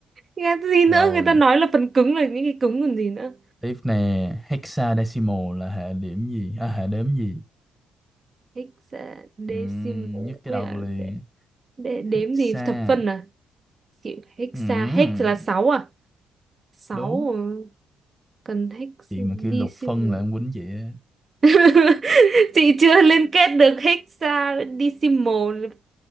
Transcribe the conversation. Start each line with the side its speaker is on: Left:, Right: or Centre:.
Right: nghe gì nữa
Centre: rồi
Right: người ta nói là phần cứng là những cái cứng còn gì nữa
Centre: tiếp nè hexadecimal là hệ điểm gì à, hệ đếm gì
Right: hexadecimal
Centre: Ừm, nhức cái
Right: ấy
Centre: đầu
Right: à?
Centre: liền
Right: Đ- đ-
Centre: hexa
Right: đếm gì thập phân à kiểu hexa
Centre: Ừm,
Right: hex là sáu à sáu
Centre: đúng
Right: ờ, cần hex
Centre: chị mà kêu
Right: decimal
Centre: lục phân là em quýnh chị á
Right: <laughs> chị chưa liên kết được hexadecimal